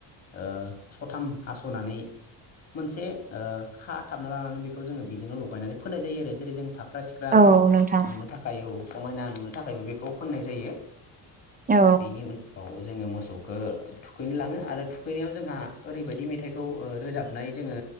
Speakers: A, on the left; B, on the right.
A: ओ सथाम हास'नानै मोनसे ओ खा--थाबना लानानै बेखौ जोङो बेजोंनो लगायनानै फोननाय जायो आरो जेरै जों फाख्रा सिख्रा
B: औ नोंथां
A: नुनो थाखाय औ समायना नुनो थाखायबो बेखौ फोननाय जायो।
B: औ
A: बेनि उनाव जों जोङो मोसौखौ थुखैनो लाङो आरो थुखैनायाव जोंहा ओरैबायदि मेथाइखौ ओ रोजाबनाय जोङो